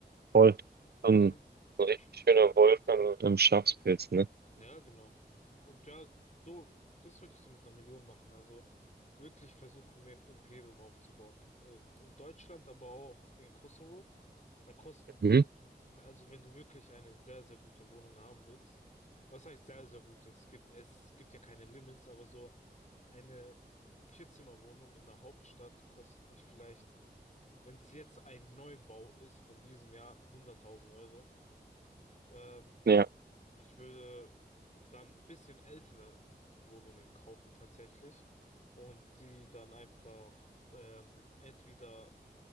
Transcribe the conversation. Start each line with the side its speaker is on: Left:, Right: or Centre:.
Right: Voll.
Left: Und
Right: Ähm,
Left: dann,
Right: so
Left: ich
Right: ein richtig schöner Wolf am, am Schafspilz, ne?
Left: Ja, genau. Und ja, so, das würde ich so mit einer Million machen. Also wirklich versuchen, ein Imperium aufzubauen. Äh, in Deutschland, aber auch in Kosovo. Da kosten
Right: Mhm.
Left: Wohnungen, also wenn du wirklich eine sehr, sehr gute Wohnung haben willst. Was heißt sehr, sehr gute? Es gibt, es gibt ja keine Limits, aber so eine Vierzimmerwohnung in der Hauptstadt kostet dich vielleicht, wenn es jetzt ein Neubau ist von diesem Jahr, hunderttausend Euro. Ähm,
Right: Ja.
Left: ich würde dann ein bisschen ältere Wohnungen kaufen tatsächlich und die dann einfach ähm, entweder,